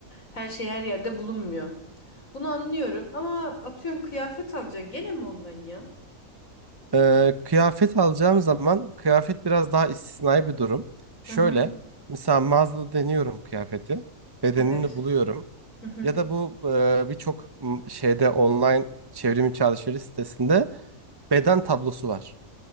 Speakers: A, on the left; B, on the right.
A: Her şey her yerde bulunmuyor. Bunu anlıyorum ama atıyorum kıyafet alacaksın gene mi online ya?
B: E, kıyafet alacağım zaman kıyafet biraz daha istisnai bir durum. Şöyle
A: Hı hı.
B: mesela mağazada deniyorum kıyafeti. Bedenini
A: Evet.
B: buluyorum.
A: Hı hı.
B: Ya da bu e, birçok m, şeyde online çevrim içi alışveriş sitesinde beden tablosu var.